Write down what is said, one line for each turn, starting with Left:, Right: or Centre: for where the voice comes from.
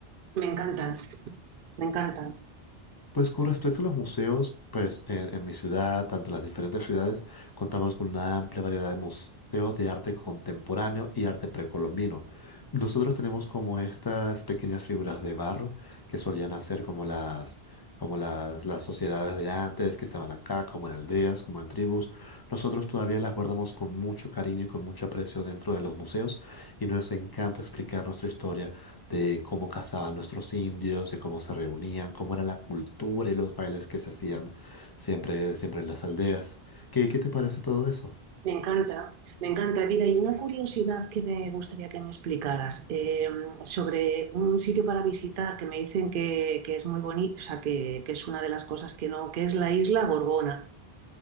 Right: me encantan, me encantan,
Left: Pues con respecto a los museos, pues en, en mi ciudad, tanto en las diferentes ciudades, contamos con una amplia variedad de museos de arte contemporáneo y arte precolombino. Nosotros tenemos como estas pequeñas figuras de barro que solían hacer como las, como las, las sociedades de antes que estaban acá, como en aldeas, como en tribus. Nosotros todavía las guardamos con mucho cariño y con mucho aprecio dentro de los museos y nos encanta explicar nuestra historia de cómo cazaban nuestros indios, de cómo se reunían, cómo era la cultura y los bailes que se hacían siempre, siempre en las aldeas. ¿Qué, qué te parece todo eso?
Right: me encanta, me encanta. Mira, y una curiosidad que me gustaría que me explicaras eh, sobre un sitio para visitar que me dicen que, que es muy bonito, o sea, que, que es una de las cosas que no, que es la isla Gorgona.